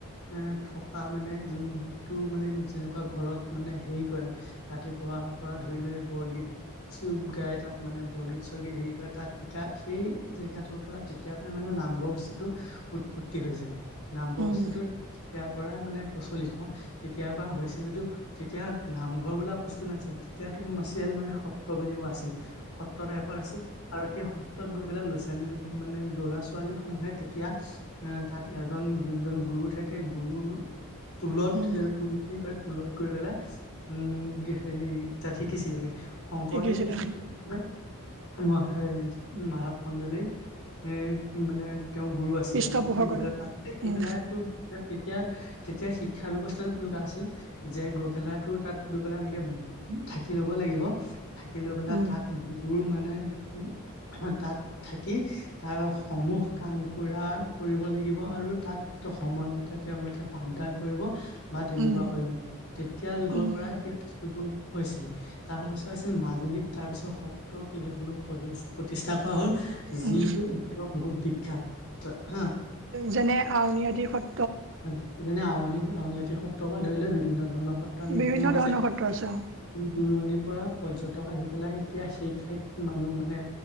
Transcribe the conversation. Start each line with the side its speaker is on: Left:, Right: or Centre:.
Left: এ থকা মানে যোনটো মানে যেনেকুৱা ঘৰত মানে হেৰি কৰে ৰাতিপুৱা তাৰপৰা ধৰি লৈ বৰগীত চুপ গাই তাত মানে বৰগীত চৰগীত হেৰি কৰে তাত শিকা সেই জেগাটোৰ পৰা তেতিয়া পৰাই মানে নামঘৰ বস্তুতো উৎপত্তি হৈছে। নামঘৰ
Right: উম
Left: বস্তুটোত তেতিয়াৰ পৰাই মানে প্ৰচলিত। তেতিয়াৰ পৰা হৈছে যদিও তেতিয়া নামঘৰ বোলা বস্তু নাছিল এতিয়াতো মাৰ্চিয়েল মানে সত্ৰ বুলি কোৱা আছিল। সত্ৰ টাইপত আছিল আৰু সেই সত্ৰ- ত গৈ পেলাই ল'ৰা-ছোৱালী মানে ল'ৰা ছোৱালী সমূহে তেতিয়া এ তাত এজন যোনজন গুৰু থাক গুৰুৰ তুলত
Right: উম
Left: সেই তুল বুলি কয় তুলত গৈ পেলাই উম হেৰি তাত শিকিছিলে গে। শংকৰদেৱে
Right: শিকিছিলে
Left: শিকি লিখিলে মই এই মাধৱ কন্দলী এ মানে তেওঁ গুৰু আছিলে
Right: পৃষ্ঠপোষকতা
Left: তেনেকে
Right: উম
Left: পেলাই তোত তেতিয়া তেতিয়া শিক্ষা ব্যৱস্থাতো তেনেকুৱা আছিল যে গৈ পেলাই টোৰ তাত দুবেলা এনেকে থাকি লব লাগিব থাকি লৈ পেলাই
Right: উম
Left: তাত গুৰু মানে উম তাত থাকি তাৰ সমূহ কাম কৰা কৰিব লাগিব। আৰু তাত তশ সময় মতে তেওঁলোকে পাঠদান কৰিব। বা তেনেকুৱা
Right: উম
Left: কৰি তেতিয়া যুগৰ
Right: উম
Left: পৰাই সেই বস্তুটো। হৈছিল তাৰ পিছত হৈছিল মাজুলীত তাৰপিছত সত্ৰ কেইবাখনো প্ৰতিষ্ঠ প্ৰতিষ্ঠা কোৱা হল যিটোটো
Right: উম
Left: এতিয়া বহুত বিখ্যাত। হা
Right: যেনে আউনীআদি সত্ৰ
Left: আ যেনে আউনীআটী সত্ৰখন ধৰি লও বিভিন্ন ধৰণৰ সত্ৰ আমিসমূহ
Right: বিভিন্ন
Left: হৈছে
Right: ধৰণৰ সত্ৰ আছে অ
Left: দূৰণিৰ পৰা পৰ্যটক আহি পেলাই এতিয়া সেই ঠাইত মানুহ মানে